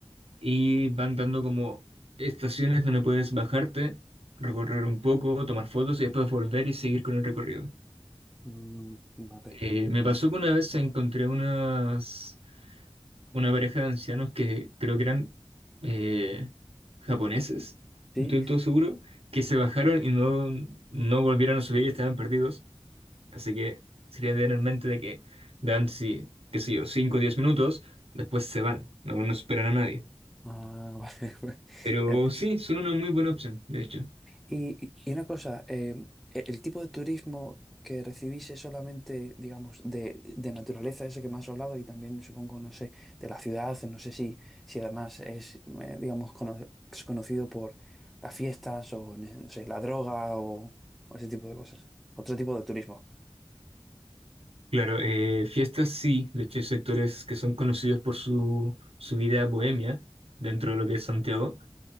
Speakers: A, on the right; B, in the centre.
A: y van dando como estaciones donde puedes bajarte, recorrer un poco, tomar fotos y después volver y seguir con el recorrido.
B: Mm, vale.
A: Eh, me pasó que una vez encontré unas una pareja de ancianos que creo que eran eh, japoneses,
B: Sí.
A: no estoy
B: <laughs>
A: del todo seguro, que se bajaron y no, no volvieron a subir y estaban perdidos. Así que sería tener en mente de que dan, sí, qué sé yo, 5 o 10 minutos, después se van, no, no esperan a nadie.
B: Ah, vale.
A: Pero
B: <laughs> Ent-
A: sí, son una muy buena opción, de hecho.
B: Y, y una cosa, eh, el tipo de turismo que recibís es solamente, digamos, de, de naturaleza, ese que me has hablado, y también supongo, no sé, de la ciudad, no sé si, si además es, eh, digamos, cono- es conocido por las fiestas o, no sé, la droga o, o ese tipo de cosas. Otro tipo de turismo.
A: Claro, eh, fiestas sí, de hecho hay sectores que son conocidos por su, su vida bohemia dentro
B: Ujú.
A: de lo que es Santiago.